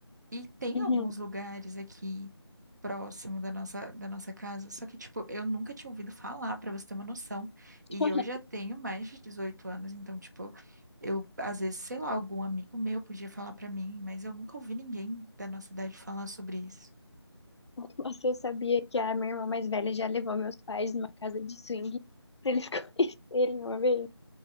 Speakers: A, on the right; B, on the left.
A: E tem
B: Uhum.
A: alguns lugares aqui próximo da nossa, da nossa casa, só que, tipo, eu nunca tinha ouvido falar, pra você ter uma noção. E
B: <laughs>
A: eu já tenho mais de 18 anos, então, tipo, eu, às vezes, sei lá, algum amigo meu podia falar pra mim, mas eu nunca ouvi ninguém da nossa idade falar sobre isso.
B: Você sabia que a minha irmã mais velha já levou meus pais numa casa de swing pra eles <laughs> conhecerem uma vez?